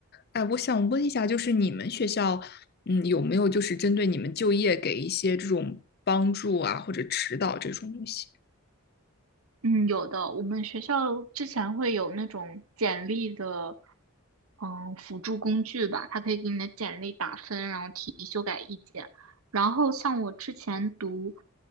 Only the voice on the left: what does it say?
哎，我想问一下，就是你们学校，嗯，有没有就是针对你们就业给一些这种帮助啊，或者指导这种东西？